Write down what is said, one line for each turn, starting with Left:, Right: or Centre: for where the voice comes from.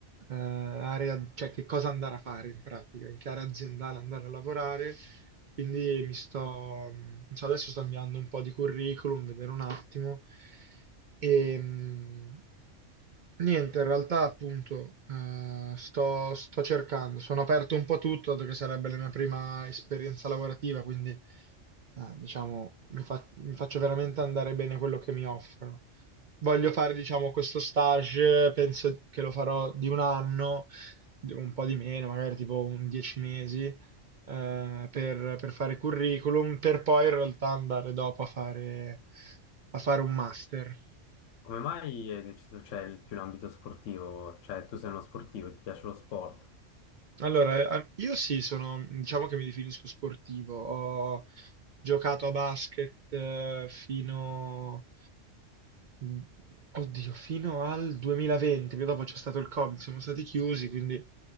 Right: eh, area, cioè che cosa andare a fare in pratica, in che area aziendale andare a lavorare quindi mi sto, mh, cioè adesso sto inviando un po' di curriculum, vedere un attimo. E, mh, niente, in realtà appunto eh, sto, sto cercando, sono aperto un po' a tutto, dato che sarebbe la mia prima esperienza lavorativa, quindi eh, diciamo mi, fa- mi faccio veramente andare bene quello che mi offrono. Voglio fare, diciamo, questo stage, penso che lo farò di un anno, di- un po' di meno, magari tipo un 10 mesi eh, per, per fare curriculum, per poi in realtà andare dopo a fare, a fare un master.
Left: Come mai hai deciso, cioè, il- più l'ambito sportivo? Cioè, tu sei uno sportivo, ti piace lo sport?
Right: Allora, eh, io sì, sono, diciamo che mi definisco sportivo. Ho giocato a basket eh, fino, mm, oddio, fino al 2020, che dopo c'è stato il Covid, siamo stati chiusi, quindi eh,